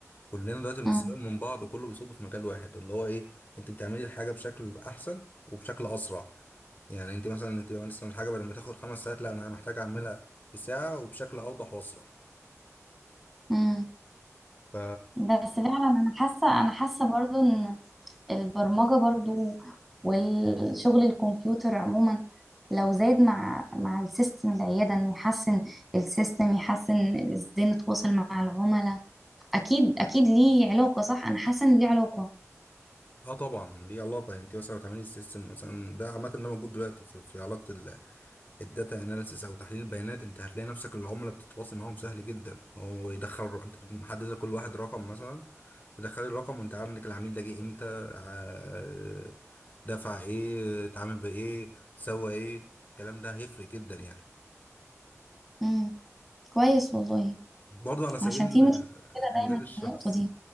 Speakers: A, on the left (about 35°); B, in the centre.
A: كلنا دلوقتي بنستفاد
B: مم.
A: من بعض وكله بيصب في مجال واحد اللي هو ايه انت بتعملي الحاجه بشكل احسن وبشكل اسرع يعني انت مثلا انت مثلا الحاجه بدل ما تاخد خمس ساعات لا انا محتاج اعملها في ساعه وبشكل اوضح واسرع
B: مم.
A: ف
B: بس فعلا انا حاسه انا حاسه برضو ان البرمجه برضو والشغل الكمبيوتر عموما لو زاد مع مع السيستم العياده انه يحسن السيستم يحسن ازاي نتواصل مع العملاء اكيد اكيد ليه علاقه صح انا حاسه ان ليه علاقه
A: اه طبعا ليه علاقه يعني انت مثلا بتعملي السيستم مثلا ده عامه ده موجود دلوقتي في, في علاقه ال- الداتا اناليسيس او تحليل البيانات انت هتلاقي نفسك العملاء بتتواصل معاهم سهل جدا هو يدخل انت محدد لكل واحد رقم مثلا تدخلي الرقم وانت عارف انك العميل ده جه امتى ع- دفع ايه اتعامل بايه سوى ايه الكلام ده هيفرق جدا يعني
B: امم كويس والله
A: برضه على سبيل
B: عشان في مشكله دايما
A: المجال
B: في
A: الشخص
B: النقطه دي